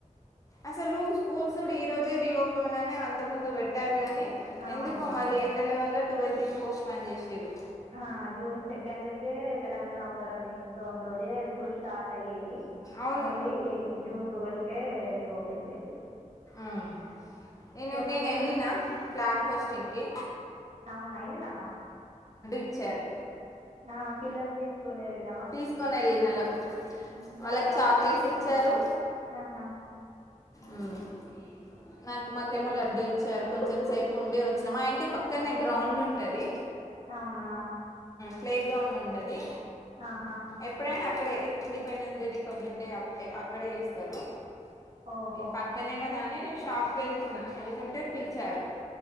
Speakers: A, on the left (about 25°); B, on the right (about 55°).
A: అసలు స్కూల్స్. ఈ రోజే రిఓపెన్ అని అంతకుముందు పెట్టారు గాని,
B: అవునవును
A: ఎందుకో మళ్ళీ ఎండల వల్ల టూవేల్. కి పోస్ట్ ఫోన్ చేసిర్రు
B: హ జూన్ సెకండ్ కే తెలంగాణ అవతరణ దినోత్సవం, రోజే ఎప్పుడు స్టార్ట్ అయ్యేవి.
A: అవును
B: మళ్ళీ జూన్ టువెల్వకే రీఓపెన్ పెట్టిర్రు.
A: ఉమ్ నేను
B: తెలంగాణ
A: నేను వెళ్ళిన ఫ్లాగ్ హోస్టింగ్ కి.
B: అవునా వెళ్లినవా?
A: ఇచ్చారు
B: ఆ పిల్లల్ని తీసుకుని వెళ్ళి.
A: తీసుకొనేళ్ళిన <unintelligible> వాళ్ళకి
B: వాళ్ళు
A: చాక్లెట్స్
B: కూడా
A: ఇచ్చారు.
B: ఆహా
A: మ్మ్ నాకు మాకేమో
B: తెల్
A: లడ్డు ఇచ్చారు. కొంచెం సేపు ఉండి వచ్చిన మాఇంటి పక్కనే గ్రౌండ్ ఉంటది.
B: అవునా
A: ప్లే గ్రౌండ్ ఉంటది
B: ఆహా
A: ఎప్పుడైనా అక్కడే. ఇండిపెండెన్స్ డే, రిపబ్లిక్ డే అక్ <unintelligible> అక్కడే చేస్తారు
B: ఓహో
A: ఈ పక్కనే కదా! షాప్కేళ్తున్న వెళ్తుంటే పిలిచారు